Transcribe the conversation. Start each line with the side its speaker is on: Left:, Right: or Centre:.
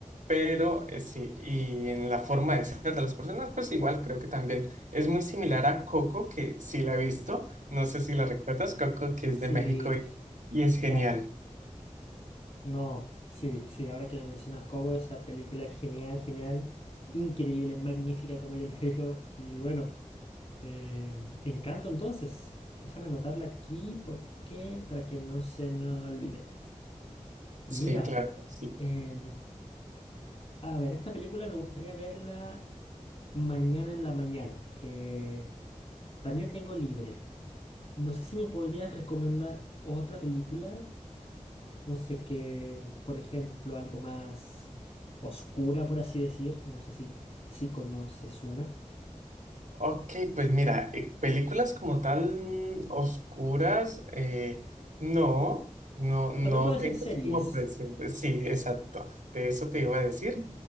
Right: Pero eh, sí, y en la forma de ser de las personas, pues igual creo que también es muy similar a Coco, que sí la he visto, no sé si la recuerdas, Coco, que es
Left: sí,
Right: de México y, y es
Left: claro.
Right: genial.
Left: No, sí, sí, ahora que me mencionas Coco, esa película es genial, genial, increíble, magnífica, como yo les <laughs> digo, y bueno. Eh, Encanto, entonces. Déjame anotarla aquí porque para que no se me olvide. Mira,
Right: Sí, claro, sí.
Left: em, a ver, esta película me gustaría verla mañana en la mañana, que también tengo libre. No sé si me podrías recomendar otra película. No sé qué, por ejemplo, algo más oscura, por así decir. No sé si, si conoces una.
Right: Ok, pues mira, eh, películas como tal mm, oscuras, eh, no, no, no
Left: O también puede
Right: tengo
Left: ser series.
Right: así como presente. Sí, exacto, de eso te iba a decir.